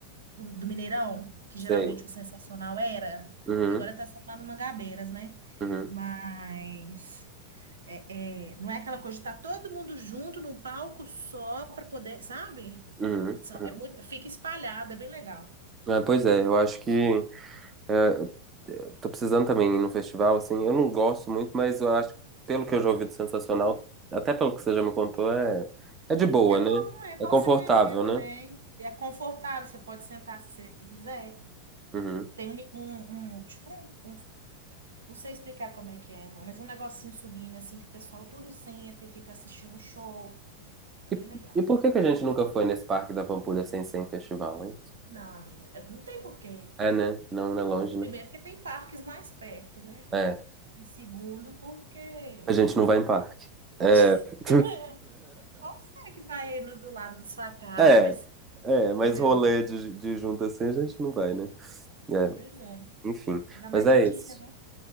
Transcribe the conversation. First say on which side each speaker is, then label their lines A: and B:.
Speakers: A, on the right (about 65°); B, on the right (about 20°).
A: do, do Mineirão, que
B: Sei.
A: geralmente o sensacional era,
B: Uhum,
A: que agora está sendo lá no Mangabeiras, né?
B: uhum,
A: Mas é, é, não é aquela coisa de estar todo mundo junto num palco só para poder, sabe?
B: uhum,
A: São-
B: uhum.
A: É muito, fica espalhado, é bem legal.
B: É, pois é, eu acho que é, eu tô precisando também ir num festival, assim, eu não gosto muito, mas eu acho, pelo que eu já ouvi do Sensacional, até pelo que você já me contou, é, é de boa,
A: É
B: né?
A: bom, é
B: É
A: bom
B: confortável,
A: você conhecer também.
B: né?
A: É confortável, você pode sentar se você quiser.
B: Uhum.
A: Tem um, um um, tipo, um, um- não sei explicar como é que é, não, mas um negocinho subindo, assim, que o pessoal tudo senta e fica assistindo o show. É bem
B: E,
A: legal.
B: e por que que
A: Não
B: a
A: tem
B: gente
A: noção.
B: nunca foi nesse Parque da Pampulha sem ser em festival, hein?
A: Não, amigo, é- não tem porquê.
B: É, né? Não, não é longe, né?
A: Primeiro que tem parques mais perto, né?
B: É,
A: E segundo porque...
B: a gente não vai em parque.
A: pode
B: É. <laughs>
A: <laughs> Você que vai indo do lado da sua casa,
B: É,
A: mas...
B: é, mas
A: Entendeu?
B: rolê de, de junto assim a gente não vai, né? É,
A: Pois é.
B: enfim,
A: Ainda
B: mas
A: mais
B: é
A: de dia,
B: isso.
A: né?